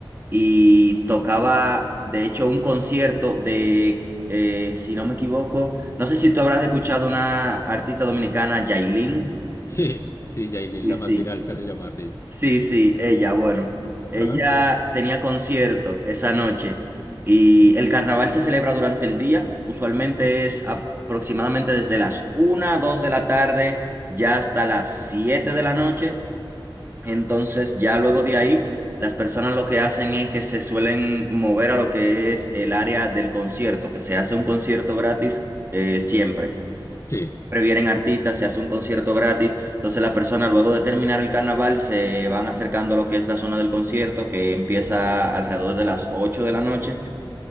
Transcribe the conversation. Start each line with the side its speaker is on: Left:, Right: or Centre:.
Right: y tocaba, de hecho, un concierto de, eh, si no me equivoco, no sé si tú habrás escuchado una artista dominicana, Yailin.
Left: sí, sí, Yailin,
Right: Sí,
Left: la
Right: sí.
Left: más viral se hace llamar, sí.
Right: Sí, sí, ella, bueno, ella
Left: Ajá,
Right: tenía concierto esa noche y el carnaval se celebra durante el día, usualmente es aproximadamente desde las una, 2 de la tarde ya hasta las 7 de la noche, entonces ya luego de ahí las personas lo que hacen es que se suelen mover a lo que es el área del concierto, que se hace un concierto gratis eh, siempre
Left: sí.
Right: previenen artistas, se hace un concierto gratis. Entonces las personas luego de terminar el carnaval se van acercando a lo que es la zona del concierto que empieza alrededor de las 8 de la noche.